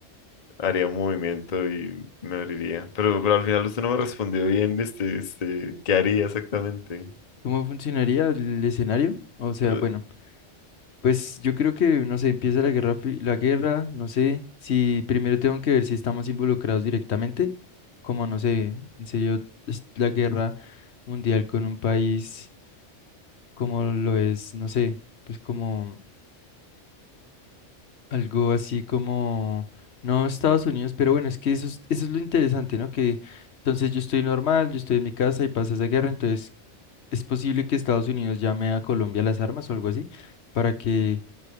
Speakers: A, on the left; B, on the left.
A: haría un movimiento y me abriría. Pero, pero al final usted no me respondió bien, este, este, ¿qué haría exactamente?
B: ¿Cómo funcionaría el escenario? O sea,
A: Eh,
B: bueno, pues yo creo que, no sé, empieza la guerra, fri- la guerra, no sé, si primero tengo que ver si estamos involucrados directamente, como, no sé, en serio, es la guerra mundial con un país como lo es, no sé, pues como algo así como, no Estados Unidos, pero bueno, es que eso es, eso es lo interesante, ¿no? Que entonces yo estoy normal, yo estoy en mi casa y pasa esa guerra, entonces... ¿Es posible que Estados Unidos llame a Colombia las armas o algo así para que